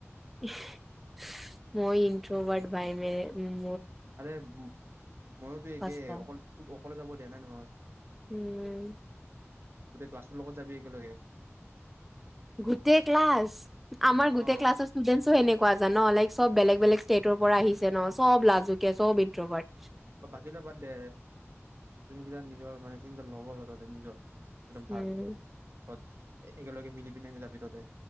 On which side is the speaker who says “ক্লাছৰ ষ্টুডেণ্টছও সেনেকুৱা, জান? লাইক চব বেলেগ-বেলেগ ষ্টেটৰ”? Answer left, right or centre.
Centre